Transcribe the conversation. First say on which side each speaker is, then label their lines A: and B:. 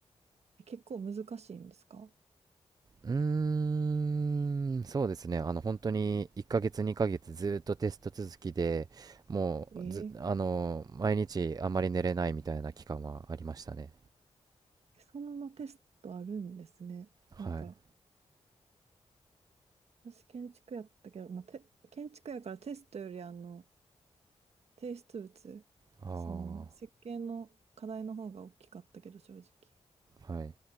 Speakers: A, on the right; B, on the right.
A: え、結構難しいんですか
B: うーん、そうですね。あの、本当に1ヶ月、2ヶ月ずっとテスト続きで、もうず、
A: えー
B: あの、毎日あまり寝れないみたいな期間はありましたね。
A: そんなテストあるんですね。
B: はい。
A: なんか、私建築やったけど、まあ、て建築やからテストよりあの、提出物、
B: あ
A: その設計の課題の方が大きかったけど、正直。
B: あ、はい。